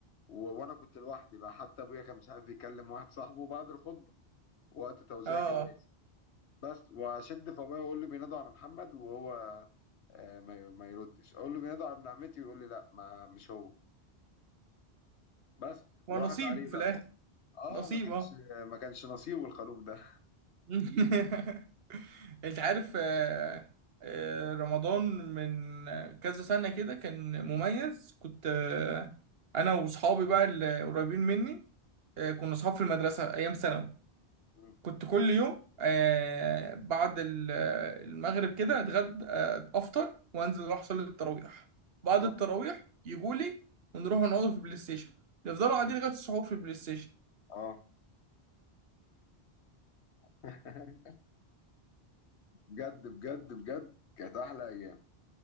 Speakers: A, on the left (about 80°); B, on the right (about 65°).
A: و- وانا كنت لوحدي بقى حتى ابويا كان مش عارف بيكلم واحد صاحبه بعد الخطبه وقت توزيع
B: اه
A: الجوائز بس واشد في ابويا واقول له بينادوا على محمد وهو آه، ما ي- ما يردش اقول له بينادوا على ابن عمتي ويقول لي لا ما مش هو بس
B: ونصيب
A: وراحت عليه
B: في
A: بقى
B: الاخر
A: اه
B: نصيب
A: ما كانش
B: اه
A: ما كانش نصيبه الخروف ده
B: <laughs> انت عارف آه، آه، رمضان من كذا سنة كده كان مميز كنت آه، انا وصحابي بقى اللي قريبين مني آه، كنا صحاب في المدرسة ايام ثانوي
A: مم.
B: كنت كل يوم آه، بعد ال- آه، المغرب كده اتغدى آه، افطر وانزل اروح اصلي التراويح بعد
A: اه
B: التراويح يجولي ونروح نقعد في البلاي ستيشن نفضلوا قاعدين
A: مم.
B: لغاية السحور في البلاي ستيشن
A: اه <laughs> بجد بجد بجد كانت احلى ايام